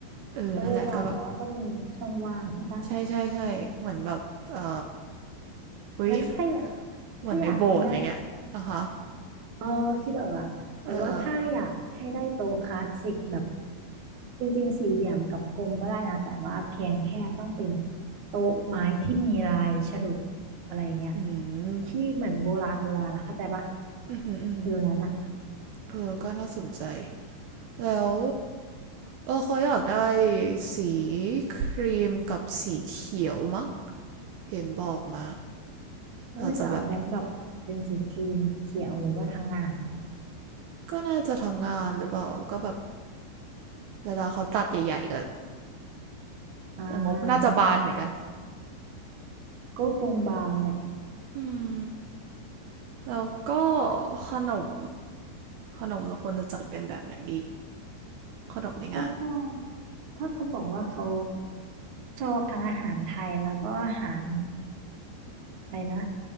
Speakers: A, on the right; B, on the right.
A: เออนั่นแหละก็แบบ
B: โต๊ะยาวๆแต่ว่าก็จะมีช่องว่างใช่ปะ
A: ใช่ใช่ใช่เหมือนแบบเอออุ้ย
B: งั้นถ้าอยาก
A: เหมือนในโบสถ์อะไรเงี้ยอะคะ
B: ถ้าอยากให้ได้ เออคิดออกละแต่ว่าถ้าอยากให้ได้โต๊ะคลาสสิกแบบ
A: เออเออ
B: จริงๆสี่เหลี่ยมกับกลมก็ได้นะแต่ว่าเพียงแค่ต้องเป็นโต๊ะไม้ที่มีลายฉลุอะไรเงี้ย
A: อืม
B: ที่เหมือนโบราณโบราณนะเข้าใจปะ
A: อืมอืมอื
B: ฟิลนั้นอ่ะ
A: เออก็น่าสนใจ แล้ว เออเขาอยากได้สีครีมกับสีเขียวมั้ง เห็นบอกมา
B: ก็อจะเอาแบ็คดรอปเป็นสีครีมเขียวหรือว่าทางงาน
A: เราจะแบบ ก็น่าจะทางงานหรือเปล่าก็แบบเวลาเขาตัดใหญ่ๆก็
B: อ่า
A: แต่งบน่าจะบานเหมือนกัน
B: ก็คงบานแหละ
A: อืมแล้วก็ขนม ขนมเราควรจะจัดเป็นแบบไหนดี ขนมในงาน
B: ก็ถ้าถ้าเขาบอกว่าเขาชอบทั้งอาหารไทยแล้วก็อาหารอะไรนะ